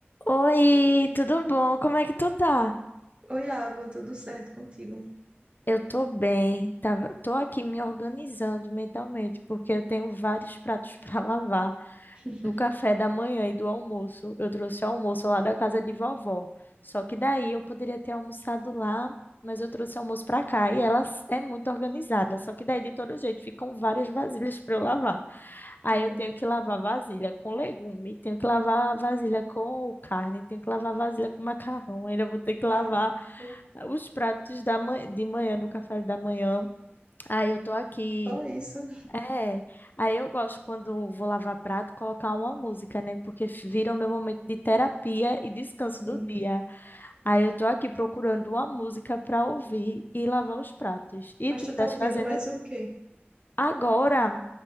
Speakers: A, on the left; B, on the right.
A: Oi, tudo bom? Como é que tu tá?
B: Oi, Ávila, tudo certo contigo?
A: Eu tô bem, tava, tô aqui me organizando mentalmente, porque eu tenho vários pratos <laughs> pra lavar
B: <laughs>
A: do café da manhã e do almoço. Eu trouxe o almoço lá da casa de vovó, só que daí eu poderia ter almoçado lá, mas eu trouxe o almoço pra cá e ela s- é muito organizada, só que daí de todo jeito ficam várias vasilhas pra eu lavar. Aí
B: É,
A: eu tenho que lavar vasilha com legume, tenho que lavar vasilha com carne, tenho que lavar vasilha com macarrão, ainda vou ter que lavar
B: caramba,
A: os pratos da ma- de manhã, do café da manhã. Aí eu tô aqui.
B: só isso.
A: É, aí eu gosto quando vou lavar prato, colocar uma música, né? Porque f- vira o meu momento de terapia e descanso
B: Sim.
A: do dia. Aí eu tô aqui procurando uma música pra ouvir e lavar os pratos. E
B: Mas
A: tu
B: tu
A: estás
B: tá ouvindo
A: fazendo
B: mais o quê?
A: agora?